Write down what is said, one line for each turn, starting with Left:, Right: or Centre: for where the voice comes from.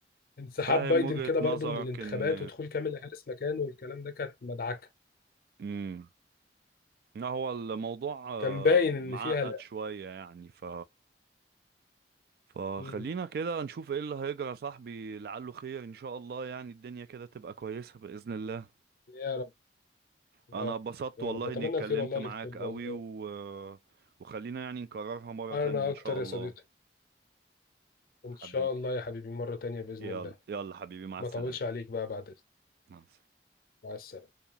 Left: انسحاب
Right: فاهم
Left: بايدن
Right: وجهة
Left: كده
Right: نظرك
Left: برضو من الانتخابات
Right: ان
Left: ودخول كاملا هاريس مكانه والكلام ده كانت مدعكة
Right: امم إن هو الموضوع آه،
Left: كان باين
Right: معقد
Left: إن فيها لا
Right: شوية يعني ف فخلينا
Left: مم.
Right: كده نشوف ايه اللي هيجرى يا صاحبي لعله خير ان شاء الله يعني الدنيا كده تبقى كويسة بإذن الله
Left: يا رب يا
Right: انا
Left: رب
Right: اتبسطت
Left: يا
Right: والله
Left: رب أتمنى
Right: اني اتكلمت
Left: الخير والله
Right: معاك
Left: للكل
Right: قوي
Left: والله
Right: و... وخلينا يعني نكررها مرة
Left: أنا
Right: تانية ان
Left: أكتر
Right: شاء
Left: يا
Right: الله
Left: صديقي إن
Right: حبيبي
Left: شاء الله يا حبيبي مرة تانية بإذن
Right: يلا
Left: الله
Right: يلا حبيبي مع
Left: ما
Right: السلامة
Left: طولش عليك بقى بعد إذنك.
Right: مع السلامة
Left: مع السلامة